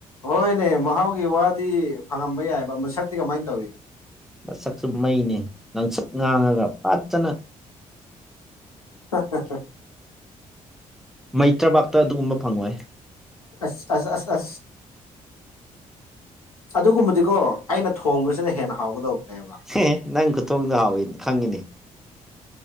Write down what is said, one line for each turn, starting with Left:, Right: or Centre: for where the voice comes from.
Left: ꯍꯣꯏꯅꯦ ꯃꯍꯥꯎꯒꯤ ꯋꯥꯗꯤ ꯐꯪꯉꯝꯕ ꯌꯥꯏꯕ ꯃꯁꯛꯇꯤ ꯀꯃꯥꯏꯅ ꯇꯧꯏ
Centre: ꯃꯁꯛꯁꯨ ꯃꯩꯅꯦ ꯉꯥꯡꯁꯛ ꯉꯥꯡꯉꯒ ꯐꯖꯅ
Left: ꯍꯥ-ꯍꯥ-ꯍꯥ
Centre: ꯃꯩꯇ꯭ꯔꯕꯥꯛꯇ ꯑꯗꯨꯒꯨꯝꯕ ꯐꯪꯉꯣꯏ
Left: ꯑ ꯑ ꯑ ꯑꯁ ꯑꯗꯨꯒꯨꯝꯕꯗꯤꯀꯣ ꯑꯩꯅ ꯊꯣꯡꯕꯁꯤꯅ ꯍꯦꯟꯅ ꯍꯥꯎꯒꯗꯧꯕꯅꯦꯕ
Centre: ꯍꯦ ꯅꯪ ꯈꯨꯠ ꯊꯣꯡꯗꯣ ꯍꯥꯎꯏ ꯈꯪꯉꯤꯅꯤ